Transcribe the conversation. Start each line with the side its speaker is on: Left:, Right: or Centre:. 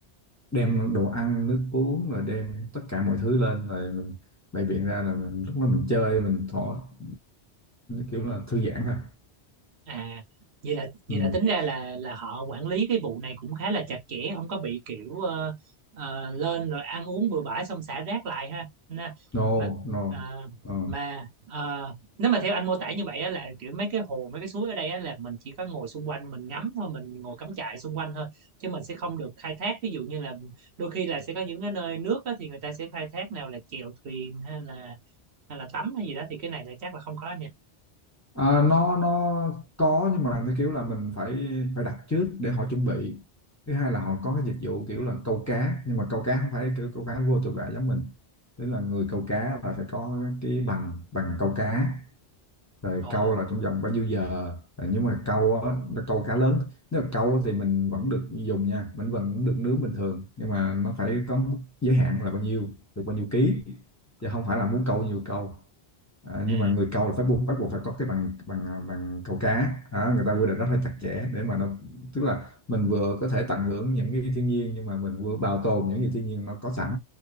Left: đem đồ ăn nước uống rồi đem tất cả mọi thứ lên rồi mình bày biện ra là mình lúc đó mình chơi mình thỏ kiểu là thư giãn thôi
Right: à vậy là vậy
Left: ừ.
Right: là tính ra là là họ quản lý cái vụ này cũng khá là chặt chẽ không có bị kiểu ờ, ờ, lên rồi ăn uống bừa bãi xong xả rác lại ha nè
Left: no
Right: mà
Left: no
Right: ờ,
Left: Ờ.
Right: mà ờ, nếu mà theo anh mô tả như vậy á, là kiểu mấy cái hồ mấy cái suối ở đây á, là mình chỉ có ngồi xung quanh mình ngắm thôi mình ngồi cắm trại xung quanh thôi chứ mình sẽ không được khai thác ví dụ như là đôi khi là sẽ có những cái nơi nước á, thì người ta sẽ khai thác nào là chèo thuyền hay là hay là tắm hay gì đó thì cái này là chắc là không có nha
Left: À, nó nó có nhưng mà nó kiểu là mình phải phải đặt trước để họ chuẩn bị thứ hai là họ có cái dịch vụ kiểu là câu cá nhưng mà câu cá không phải kiểu câu cá vô tội vạ giống mình tức là người câu cá là phải có cái bằng bằng câu cá rồi
Right: ồ
Left: câu là trong vòng bao nhiêu giờ Rồi nhưng mà câu á nó câu cá lớn nếu mà câu á thì mình vẫn được dùng nha mình vẫn được nướng bình thường nhưng mà nó phải có mức giới hạn là bao nhiêu được bao nhiêu ký chứ không phải là muốn câu nhiều câu à,
Right: à,
Left: nhưng mà người câu là phải buộc bắt buộc phải có cái bằng bằng à, bằng câu cá Đó, người ta quy định rất là chặt chẽ để mà nó tức là mình vừa có thể tận hưởng những cái thiên nhiên nhưng mà mình vừa bảo tồn những gì thiên nhiên nó có sẵn